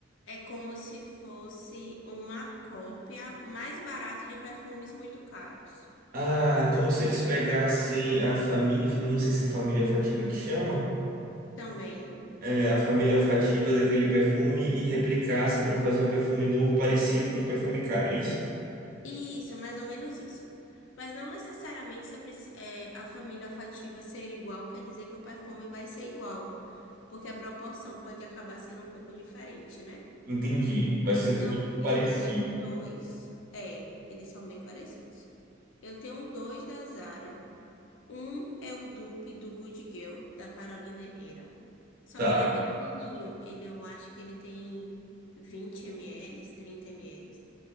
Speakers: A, on the left; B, on the right.
A: É como se fosse uma cópia mais barata de perfumes muito caros.
B: Ah, como se eles pegassem a família, não sei se é família olfativa que chama,
A: Também.
B: é, a família olfativa daquele perfume e replicasse para fazer um perfume novo parecido com o perfume cara, é isso?
A: Isso, mais ou menos isso. Mas não necessariamente você preci- é, a família afetiva ser igual quer dizer que o perfume vai ser igual, porque a proporção pode acabar sendo um pouco diferente, né?
B: Entendi, vai
A: Então,
B: ser muito
A: eu
B: parecido.
A: tenho dois. É, eles são bem parecidos. Eu tenho um dois da Zara. Um é o dupe do Good Girl, da Carolina Herrera. Só
B: Tá.
A: que ele é pequenininho. Ele, eu acho que ele tem 20 ml, 30 ml.